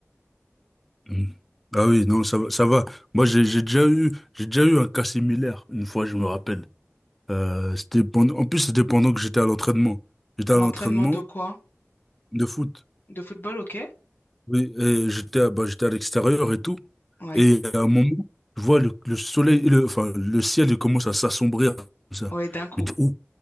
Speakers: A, in the centre; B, on the left.
A: mm. Ah oui, non, ça va, ça va. Moi, j'ai j'ai déjà eu, j'ai déjà eu un cas similaire, une fois, je me rappelle. Euh, c'était pendant, en plus, c'était pendant que j'étais à l'entraînement. J'étais
B: à
A: à
B: l'entraînement
A: l'entraînement
B: de quoi?
A: de foot.
B: De football, ok?
A: Oui, et j'étais, à- bah, j'étais à l'extérieur et tout.
B: Oui.
A: Et à un moment, je vois le, le soleil, le, enfin, le ciel, il commence à s'assombrir comme ça.
B: Oui, d'un coup.
A: Je me dis, oh,